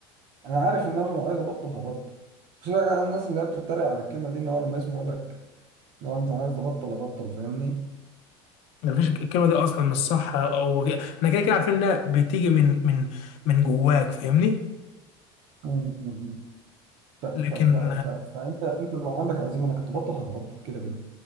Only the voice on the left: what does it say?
ما فيش الكلمه دي اصلا مش صح او احنا كده كده عارفين انها بتيجي من من من جواك فاهمني
لكن